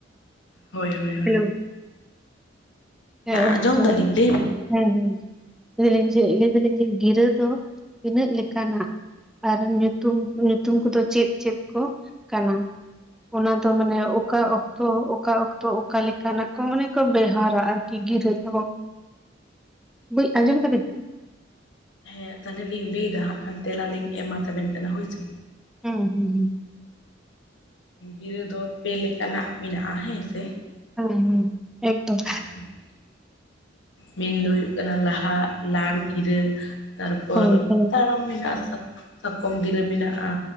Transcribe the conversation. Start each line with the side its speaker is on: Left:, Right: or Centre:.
Left: ᱦᱳᱭ ᱦᱳᱭ ᱦᱳᱭ
Centre: ᱦᱮᱞᱳ ᱦᱮᱸ ᱟᱪᱪᱷᱟ
Left: ᱟᱸᱡᱚᱢ ᱫᱟᱞᱤᱧ ᱞᱟᱹᱭ ᱵᱤᱱ
Centre: ᱦᱮᱸ ᱦᱮᱸ ᱦᱮᱸ ᱦᱮᱸ ᱞᱟᱹᱭ ᱡᱮ ᱞᱟᱹᱭ ᱫᱟᱞᱤᱧ ᱡᱮ ᱜᱤᱨᱟᱹ ᱫᱚ ᱛᱤᱱᱟᱹᱜ ᱞᱮᱠᱟᱱᱟ? ᱟᱨ ᱧᱩᱛᱩᱢ ᱧᱩᱛᱩᱢ ᱠᱚᱫᱚ ᱪᱮᱫ ᱪᱮᱫ ᱠᱚ ᱠᱟᱱᱟ? ᱚᱱᱟ ᱫᱚ ᱢᱟᱱᱮ ᱚᱠᱟ ᱚᱠᱛᱚ ᱚᱠᱟ ᱚᱠᱛᱚ ᱚᱠᱟᱮ ᱞᱮᱠᱟᱱᱟᱜ ᱠᱚ ᱢᱟᱱᱮ ᱠᱚ ᱵᱮᱣᱦᱟᱨᱟᱼᱟ ᱟᱨᱠᱤ ᱜᱤᱨᱟᱹ ᱫᱚ ᱫᱤ ᱟᱸᱡᱚᱢ ᱮᱫᱟ ᱵᱤᱱ?
Left: ᱦᱮᱸ ᱛᱟᱦᱚᱞᱮ ᱞᱤᱧ ᱞᱟᱹᱭ ᱮᱫᱟ ᱦᱟᱸᱜ ᱠᱷᱟᱱ ᱛᱮᱞᱟ ᱞᱤᱧ ᱮᱢᱟᱛᱟ ᱵᱤᱱ ᱠᱟᱱᱟ ᱦᱳᱭ ᱥᱮ᱾
Centre: ᱦᱩᱸ ᱦᱩᱸ ᱦᱩᱸ
Left: ᱜᱤᱨᱟᱹ ᱫᱚ ᱯᱮ ᱞᱮᱠᱟᱱᱟᱜ ᱢᱮᱱᱟᱜᱼᱟ ᱦᱮᱸ ᱥᱮ᱾
Centre: ᱦᱮᱸ ᱦᱮᱸ ᱮᱠᱫᱚᱢ
Left: <unintelligible> ᱢᱮᱱ ᱫᱚ ᱦᱩᱭᱩᱜ ᱠᱟᱱᱟ ᱞᱟᱦᱟ ᱞᱟᱲ ᱜᱤᱨᱟᱹ᱾ ᱛᱟᱨ ᱯᱚᱨ
Centre: ᱦᱳᱭ ᱦᱳᱭ
Left: ᱛᱟᱨᱚᱢ ᱢᱮᱱᱟᱜᱼᱟ ᱥᱟᱠᱚᱢ ᱜᱤᱨᱟᱹ ᱢᱮᱱᱟᱜᱼᱟ